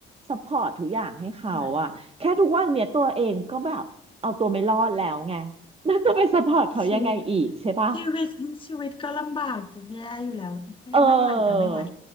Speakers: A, on the right; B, on the left.
A: ซัพพอร์ตทุกอย่างให้เขาอะแค่ทุกวันเนี้ยตัวเองก็แบบเอาตัวไม่รอดแล้วไง
B: โอ้ย
A: <laughs> แล้วจะไปซัพพอร์ตเขายังไงอีกใช่ปะ
B: ชีวิตชีวิตชีวิตก็ลำบากจะแย่อยู่แล้วไม่ไม่ไหวค่ะไม่ไหว
A: เออ